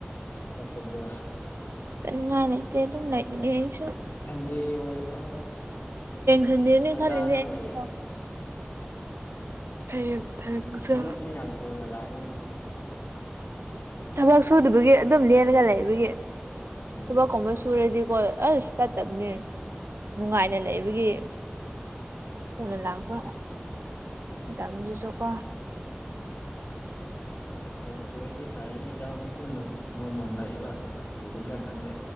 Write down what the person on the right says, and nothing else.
ꯉ ꯂꯩꯇꯦ ꯑꯗꯨꯝ ꯂꯩ ꯂꯩꯁꯨ
ꯁꯟꯗꯦꯅꯦ
ꯈꯜꯂꯤꯅꯦ ꯑꯩꯁꯨ
ꯍꯌꯦꯡ ꯊꯥꯡꯖꯥ
ꯊꯕꯛ ꯁꯨꯗꯕꯒꯤ ꯑꯗꯨꯝ ꯂꯦꯜꯂꯒ ꯂꯩꯕꯒꯤ
ꯊꯕꯛꯀꯨꯝꯕ ꯁꯨꯔꯗꯤꯀꯣ ꯑꯁ ꯏꯁꯇꯥꯇꯞꯅꯦ
ꯅꯨꯡꯉꯥꯏꯅ
ꯂꯩꯕꯒꯤ ꯊꯨꯅ ꯂꯥꯛꯄ
ꯃꯇꯝꯗꯨꯁꯨ ꯀꯣ